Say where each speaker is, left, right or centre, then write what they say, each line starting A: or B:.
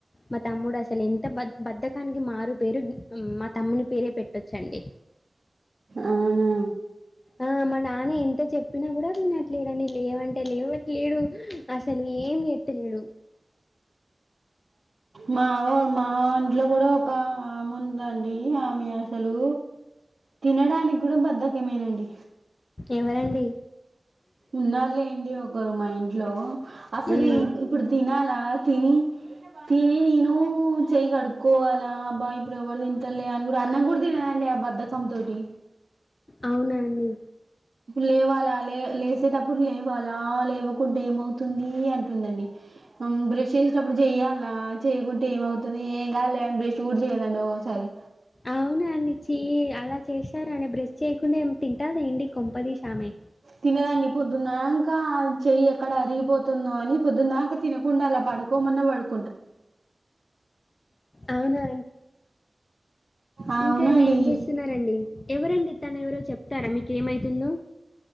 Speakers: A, on the left; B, on the right.
A: మా తమ్ముడు అసలు ఎంత బ బద్దకానికి మారు పేరు మా తమ్ముని పేరే పెట్టొచ్చండి
B: అవునా
A: ఆ మా నాన్న ఎంత చెప్పినా కూడా వినట్లేడండి లేవంటే లేవట్లేడు అసలు ఏం చెత్తలేడు
B: మావ మా ఇంట్లో కూడా ఒక ఆమె ఉందండి ఆమె అసలు తినడానికి కూడా బద్దకమేనండి
A: ఎవరండి
B: ఉన్నార్లేండి ఒకరు మా ఇం ట్లో అసలు
A: హ్మ్.
B: ఇప్పుడు తినాలా తిని తిని నిను చెయగడుకు కోవాలా అబ్బా ఇప్పుడు ఎవరు తింటలే అని కూడా అన్నం కూడా తినదండి ఆ బద్దకం తోటి
A: అవునా అండి?
B: లేవాలా లే లెస్ వసేటప్పుడు లేవాలా లేవకుంటె ఏమవుతుంది అంటుందండి బ్రష్ చేసేటప్పుడు చెయ్యాలా చేయకుంటే ఏమవుతుంది ఏం కాాలె అని బ్రష్ కూడా చేయ్యదండి ఒక్కొసారి
A: అవునాండి చి అలా చేశార అని బ్రష్ చేయకుండా ఏమితి ఎా దేండి కొంపది షామే
B: తినదండి పొద్దునంకా చెయ్యి ఎక్కడ అరిగిపోతుందో అని పొద్దుందాక తినకుండా అలా పడుకోమన్నా పడుకో
A: అవునా
B: అవునండి
A: ఇంకా ఏం చేస్తున్నారండి ఎవరండి తను ఎవరో చెప్తారా మీక ఏమైతా ఉందొ